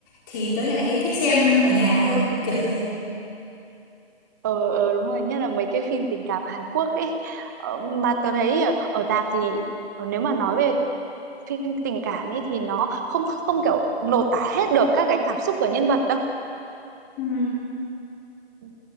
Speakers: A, on the left; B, on the right.
A: thì tớ lại hay thích xem ở nhà hơn, kiểu thế.
B: Ờ, ờ đúng rồi nhất là mấy cái phim tình cảm Hàn Quốc đấy ờ, mà tớ thấy ở, ở rạp thì ờ, nếu mà nói về phim tình cảm ấy thì nó không không kiểu lột tả hết được các cái cảm xúc của nhân vật đâu
A: Ừ,
B: Ừ,